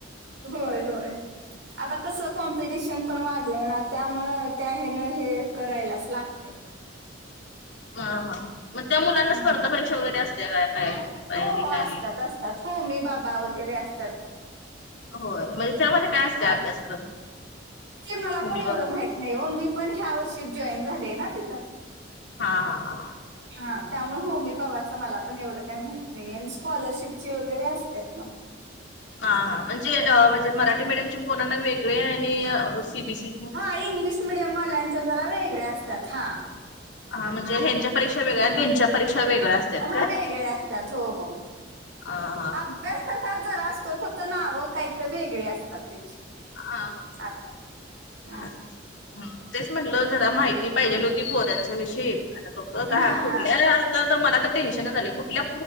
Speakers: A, on the right (about 80°); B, on the left (about 70°).
A: होय होय आता कस कॉम्पिटिशन पण वाढलंय ना. त्यामुळं त्या हेन हे करायलाच लागतय.
B: हा हा मग त्या मुलांना
A: हम्म
B: स्पर्धा
A: हम्म.
B: परीक्षा वगैरे असते का काय? तयारीला
A: हो हो
B: आणि
A: असतात असतात होमी बाबा वगैरे असतात की.
B: हो म्हणजे त्यामध्ये काय असतय
A: हा,
B: अभ्यासक्रम
A: ते मला
B: होमी
A: पण एवढं
B: बाबा
A: माहित नाही हो मी पण ह्या वर्षी जॉईन झाले आहे ना तिथं.
B: हा हा हा!
A: हा त्यामुळे होमी बाबांचं मला पण एवढं काही माहत नाही स्कॉलरशिपची वगैरे असतात मग.
B: हां हां म्हणजे म्हणजे मराठी मीडियमच्या पोरांना वेगळे आणि सीबीएससी
A: हा इंग्लिश मिडियमवाल्यांच्या जरा वेगळ्या असतात हा.
B: हा म्हणजे ह्यांच्या परीक्षा वेगळ्या आणि त्यांच्या परीक्षा वेगळ्या असत्यात
A: हा
B: काय
A: वेगळ्या असतात हो हो.
B: हा
A: व्यस्ततात जरा असतोय फक्त नावं काही तर वेगळी असतात त्याची.
B: हा.
A: आता हां
B: <unintelligible> ह तेच म्हटलं जरा माहिती पाहिजेल होती पोरांच्या विषयी आता बघत का
A: हां
B: कुठल्या.
A: हां
B: आ मला तर टेन्शन झाले कुठल्या